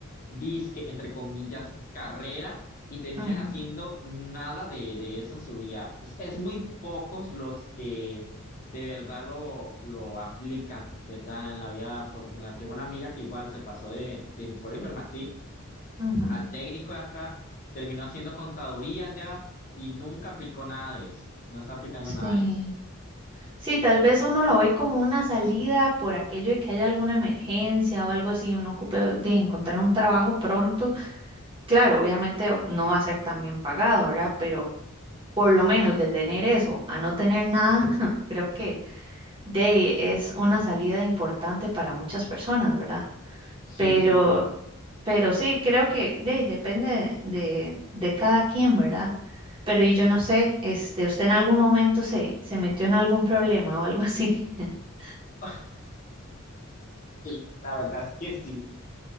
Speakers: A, on the left (about 40°); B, on the right (about 25°).
A: disque, entre comillas, carrera y terminan
B: Ujú,
A: haciendo nada de, de eso en su vida. Es, es muy pocos los que de verdad lo, lo aplican, ¿verdad? En la vida profesional. Tengo una amiga que igual se pasó de, de mi colegio, el Martí,
B: ujú,
A: al técnico de acá, terminó haciendo contaduría ya y nunca aplicó nada de eso. No está aplicando nada
B: Sí.
A: de eso.
B: Sí, tal vez uno lo ve como una salida por aquello de que haya alguna emergencia o algo así, uno ocupe de encontrar un trabajo pronto. Claro, obviamente o- no va a ser tan bien pagado, ¿verdad? Pero por lo menos de tener eso a no tener nada, <laughs> creo que de ahí es una salida importante para muchas personas, ¿verdad?
A: Sí,
B: Pero
A: sí, claro.
B: Pero sí, creo que de, ahí depende de, de cada quien, ¿verdad? Pero y yo no sé, este, ¿usted en algún momento se, se metió en algún problema o algo así? <laughs>
A: <laughs> Sí, la verdad es que sí.